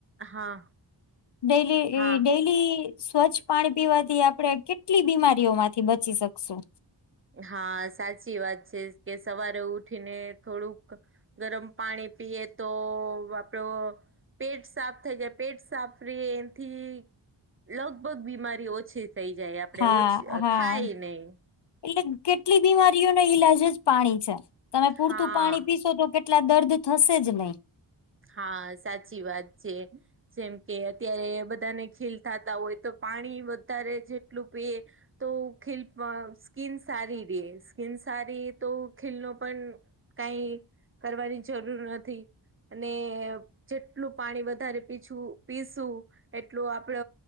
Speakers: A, on the right (about 30°); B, on the left (about 65°).
A: હા
B: ડ‌ઇલી
A: હા
B: એ ડેઇલી સ્વચ્છ પાણી પીવાથી આપડે કેટલી બીમારીઓમાંથી બચી શકશું.
A: હા સાચી વાત છે કે, સવારે ઉઠીને થોડુંક ગરમ પાણી પીએ તો આપડો પેટ સાફ થઈ જાય પેટ સાફર્યે. એનથી લગભગ બીમારી ઓછી થઈ જાય આપડે
B: હા
A: ઓછ
B: હા
A: ખાય નઈ.
B: એટલે કેટલી બીમારીઓનો ઈલાજ જ પાણી છે. તમે પૂરતું
A: હા
B: પાણી પીશો તો કેટ એટલા દર્દ થશે જ નહી.
A: હા સાચી વાત છે. જેમ કે, અત્યારે બધાને ખીલ થાતા હોય તો પાણી વધારે જેટલું પીએ તો ખીલ પણ સ્કીન સારીર્યે સ્કીન સારી તો ખીલનો પણ કાંઈ કરવાની જરૂર નથી. અને જેટલું પાણી વધારે પીછું પીશું એટલું આપડ